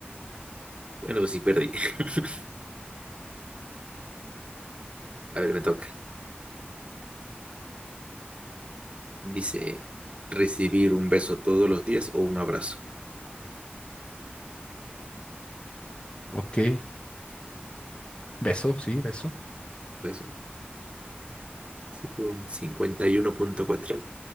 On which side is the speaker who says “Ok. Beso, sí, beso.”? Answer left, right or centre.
Left